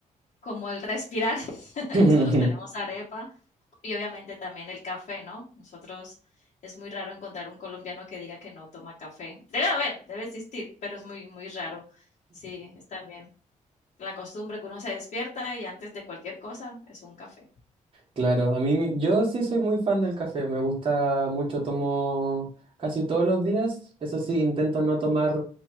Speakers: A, on the left; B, on the right.
A: como el respirar. <laughs>
B: <laughs>
A: Nosotros tenemos arepa. Y obviamente también el café, ¿no? Nosotros es muy raro encontrar un colombiano que diga que no toma café. Debe haber, debe existir, pero es muy, muy raro. Sí, es también la costumbre que uno se despierta y antes de cualquier cosa es un café.
B: Claro, a mí me- yo sí soy muy fan del café, me gusta mucho, tomo casi todos los días, eso sí, intento no tomar